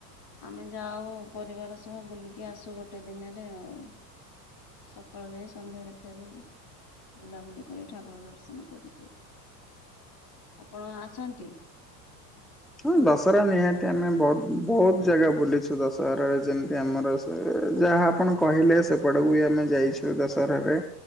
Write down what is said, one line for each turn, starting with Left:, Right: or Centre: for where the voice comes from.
Left: ଆମେ ଯାଉ ପରିବାର ସହ ବୁଲିକି ଆସୁ ଗୋଟେ ଦିନରେ ଆଉ। ସକାଳୁ ଯାଇ ସନ୍ଧ୍ୟାରେ ଫେରୁ ବୁଲାବୁଲି କରି ଠାକୁର ଦର୍ଶନ କରି। ଆପଣ ଆସନ୍ତି?
Centre: ହଁ ଦଶହରା ନିହାତି ଆମେ ବହୁତ ବହୁତ ଜାଗା ବୁଲିଛୁ ଦଶହରାରେ ଯେମିତି ଆମର ସେ ଯାହା ଆପଣ କହିଲେ ସେପଟକୁ ବି ଆମେ ଯାଇଛୁ ଦଶହରାରେ।